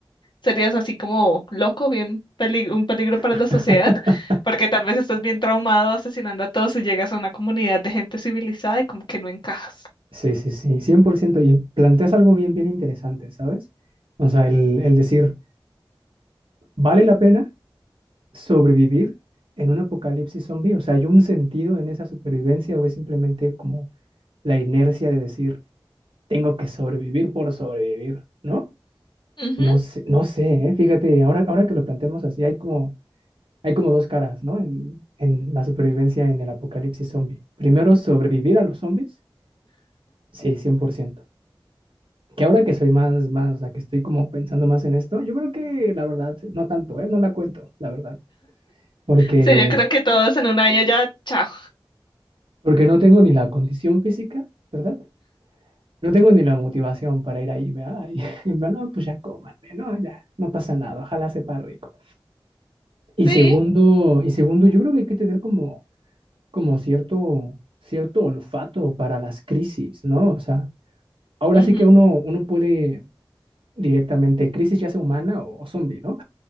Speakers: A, on the left; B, on the right.
A: serías así como loco, bien peli- un peligro
B: <laughs>
A: para la sociedad, porque tal vez estás bien traumado asesinando a todos y llegas a una comunidad de gente civilizada y como que no encajas.
B: Sí, sí, sí, 100%. Y planteas algo bien, bien interesante, ¿sabes? O sea, el, el decir, ¿vale la pena sobrevivir en un apocalipsis zombie? O sea, ¿hay un sentido en esa supervivencia o es simplemente como la inercia de decir, tengo que sobrevivir por sobrevivir, ¿no?
A: Ujú.
B: No sé, no sé, ¿eh? Fíjate, ahora, ahora que lo planteamos así, hay como, hay como dos caras, ¿no? En, en la supervivencia en el apocalipsis zombie. Primero, sobrevivir a los zombies, sí, 100%. Que ahora que soy más, más, o sea, que estoy como pensando más en esto, yo creo que la verdad, no tanto, ¿eh? No la cuento, la verdad. Porque,
A: Sí, yo creo que todos en un año ya, chao.
B: porque no tengo ni la condición física, ¿verdad? No tengo ni la motivación para ir ahí, ¿verdad? Y, <laughs> en plan, no, pues ya cómanme, ¿no? Ya, no pasa nada, ojalá sepa rico. Y
A: Sí.
B: segundo, y segundo, yo creo que hay que tener como, como cierto, cierto olfato para las crisis, ¿no? O sea, ahora
A: ujú,
B: sí que uno, uno puede directamente, crisis ya sea humana o, o zombie, ¿no?